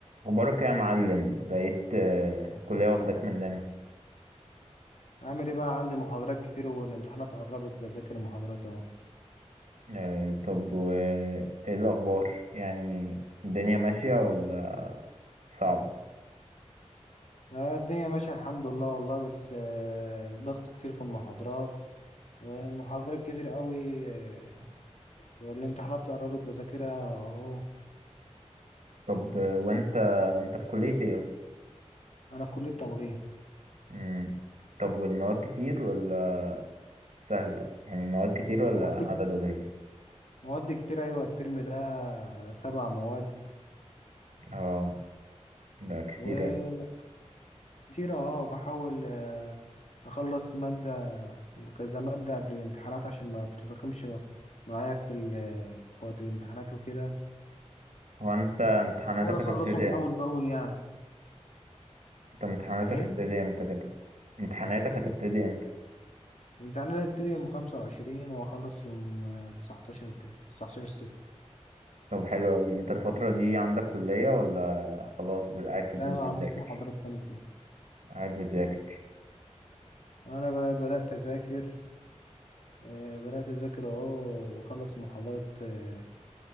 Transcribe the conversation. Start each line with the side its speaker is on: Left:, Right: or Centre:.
Right: اخبارك إيه يا معلم بقيت آه، كلية واخدك مننا
Left: عامل ايه بقى عندي محاضرات كتير والامتحانات قربت بذاكر المحاضرات اهو
Right: آه، طب وايه الاخبار يعني الدنيا ماشية ولا صعبة
Left: آه، الدنيا ماشية الحمد لله والله بس آه، ضغط كتير في المحاضرات آه، المحاضرات كتير قوي آه، والامتحانات قربت بذاكرها اهو
Right: طب آه، وانت وانت في كلية ايه اصلا
Left: انا في كلية تمريض
Right: مم. طب والمواد كتير ولا سهلة يعني مواد كتير ولا
Left: مواد
Right: عدد
Left: كت-
Right: قليل
Left: مواد كتير ايوه الترم ده آه، سبع مواد
Right: اه ده كتير
Left: وكتير
Right: اوي
Left: اه بحاول آه، اخلص مادة كذا مادة قبل الامتحانات عشان ما تتراكمش معايا في ال- في وقت الامتحانات وكده
Right: هو انت امتحاناتك
Left: حاول اخلصهم
Right: هتبتدي
Left: اول
Right: امتى
Left: باول يعني
Right: انت امتحاناتك
Left: ايه
Right: هتبتدي امتى كده امتحاناتك هتبتدي امتى
Left: امتحاننا هتبتدي يوم خمسة وعشرين وهخلص يوم آه، تسعتاشر الجاي تسعتاشر ستة
Right: طب حلو اوي انت الفترة دي عندك كلية ولا خلاص قاعد في البيت
Left: لا
Right: بتذاكر
Left: ما عنديش محاضرات تاني كده
Right: قاعد بتذاكر
Left: انا بقى بدأت اذاكر آه، بدأت اذاكر اهو بخلص محاضرات آه،